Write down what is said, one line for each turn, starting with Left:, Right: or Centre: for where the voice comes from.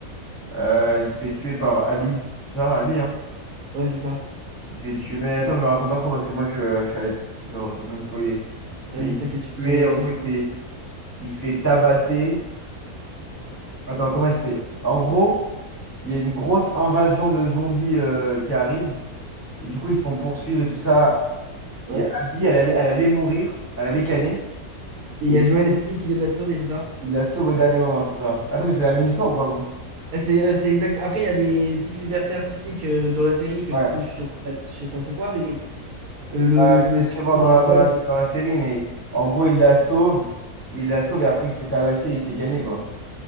Left: Euh, il se fait tuer par Abby. C'est Ça, Abby, hein?
Right: Ouais, c'est ça.
Left: Il se fait tuer. Mais attends, me raconte pas trop parce que moi, je, suis, euh, je suis allé. Genre, ça peut me spoiler. Mais
Right: Vas-y,
Left: il se
Right: t'inquiète,
Left: fait
Right: je te
Left: tuer,
Right: dis rien,
Left: en
Right: juste.
Left: gros, il se fait, il se fait tabasser.
Right: Ah, Ouais.
Left: Attends, comment il se fait? En gros. Il y a une grosse invasion de zombies euh, qui arrive. Et du coup, ils se font poursuivre et tout ça. Et
Right: Ouais.
Left: Abby, elle allait, elle allait mourir. Elle allait canner.
Right: Et il
Left: Et
Right: y a Joël et Toby qui viennent la sauver, c'est ça?
Left: il la sauve au dernier moment, c'est ça. Attends, mais c'est la même histoire ou pas, vous?
Right: Ah, C'est euh, c'est exact. Après, il y a des petites libertés artistiques euh, dans la série que
Left: Ouais.
Right: du coup, je sais pas, je sais pas c'est quoi, mais euh,
Left: Ouais,
Right: le, le,
Left: je
Right: le
Left: te laisserai
Right: pitch
Left: voir
Right: principal,
Left: dans la, dans la,
Right: c'est-
Left: dans la série, mais en gros, il la sauve. Il la sauve et après, il se fait tabasser, il se fait canner, quoi.